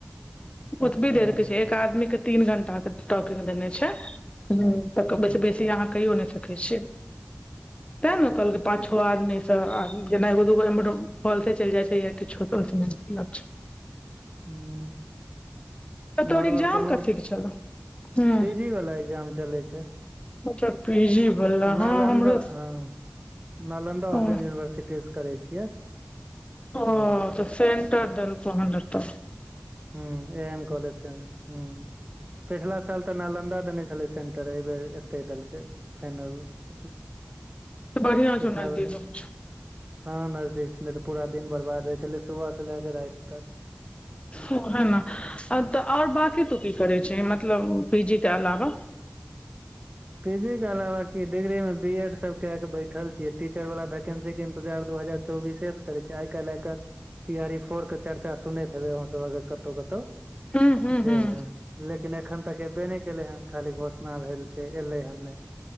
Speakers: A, on the left (about 25°); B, on the right (about 35°).
A: ओतबी
B: अच्छा
A: देर के छै एक आदमी के तीन घंटा के टॉकिंग देने छै हु अई के
B: हूं
A: बेसि बेसि आहा कयो नै सकय छीयै तेँ ने कहलकै पाँच छो आदमीसँ जेना एगो दूगो एम्र फॉल्से चलि जाइ छै या किछो तो आए स नै मतलब ल्ष
B: हू
A: तऽ तोहर
B: नॉर्मल
A: एग्जाम
B: कोनो
A: कथी के छलौ हूँ
B: पिजी वाला एग्जाम चलै छै।
A: अत पीजी बला
B: नालन्दा
A: हँ हमरो
B: हँ नालन्दा
A: ओ
B: ओपेन यूनिवर्सिटीसँ करै छियै
A: ओ
B: ए
A: त सेंटर देल क त
B: हु एहन कॉलेज से हु पिछला साल त नालन्दा देने छले। सेंटर एहिबर एते देलकै फाइनल त
A: बढ़िया छौ
B: पिछला
A: नजदीक
B: बेर हँ नजदीक छल नहि त पूरा दिन बर्बाद होइ छलै सुबह से लए क रैयत तक
A: हँ उहेन आओर बकी तू की करै छ मतलब पीजी के अलावा?
B: पीजी के अलावा क डिग्री मे बी एड सब क के बैठल छीयै टीचर वाला वैकेंन्सी के इंतजार दू हजार चौबीसेस करे छै आइ काइल आइ काइल टी आरी फोर के चर्चा सुनैत हेबे अह सब अगर कतौ कतौ
A: हूँ हूँ
B: जे
A: हूँ
B: लेकिन एखन तक एबे नहि केले हेन खाली घोषणा भेल छै एलै हन नहि